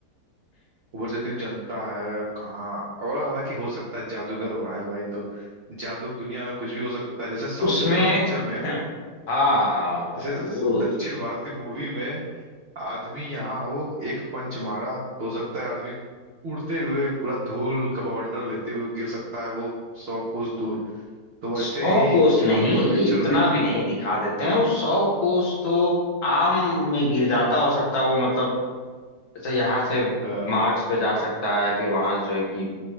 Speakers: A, on the right; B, on the left.
A: ऊपर से इतनी जनता है कहाँ और हालांकि हो सकता है जादूगर वहाँ है भाई तो जादू की दुनिया में कुछ भी हो सकता है जैसे साउथ
B: उसमें
A: इंडियन पिक्चर में
B: <clears throat> हाँ हाँ हाँ वो
A: जैसे दक्षिण
B: तो
A: भारत की मूवी में आदमी यहाँ हो एक पंच मारा तो हो सकता है आदमी उड़ते हुए पूरा धूल का बवंडर लेते हुए गिर सकता है वो सौ कोस दूर तो वैसे
B: सौ
A: ही
B: कोस नहीं
A: हॉलीवुड पिक्चर
B: इतना
A: में
B: भी नहीं दिखा देते हैं वो सौ कोस तो आम में गिर जाता हो सकता है वो मतलब जैसे यहाँ से
A: अ,
B: मार्स पे जा सकता है फिर वहां जो है कि